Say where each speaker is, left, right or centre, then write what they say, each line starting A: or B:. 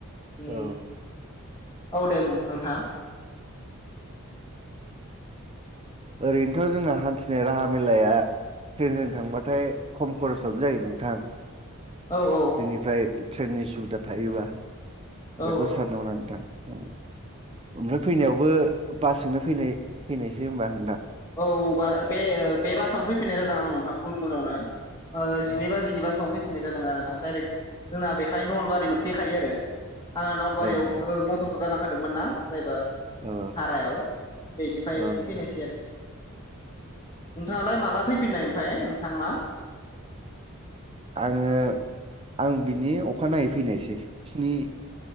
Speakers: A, on the left; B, on the right.
A: उम
B: औ
A: औ दे बुं नोंथां।
B: ओरैनोथ जोंना हान्थिनाय राहा मेलाया। ट्रेनजों थांबाथाय खम खरसावनो जायो नोंथां।
A: औ औ
B: बेनिफ्राय ट्रेननि सुबिदा थायोबा
A: औ
B: बेखौ सानदोंमोन आं नोंथां। ओम ओमफ्राय फैनायावबो बासजोंनो फैनाय फैनायसो होनबा नोंथां।
A: औ औ बे बे बासावनो फैफिननाय जादों आं नोंथां गुन गुनावनो। ओ जिनै
B: औ
A: बाजिनि बासावनो फैफिननाय जादों आरो ना डाइरेक्ट जोंना बेहाय नलबारि मोनफैखायो आरो। आंहा नलबारियाव
B: औ नोंथां
A: मथरखौ गारलांखादोंमोन ना जायबा।
B: औ
A: भारायाव बेनिफ्राय
B: औ नोंथां
A: फैनोसै आरो नोंथाङालाय माला फैफिननाय ओमफफ्राय नोंथांना।
B: आङो आं बिनि अखा नयै फैनायसै स्नि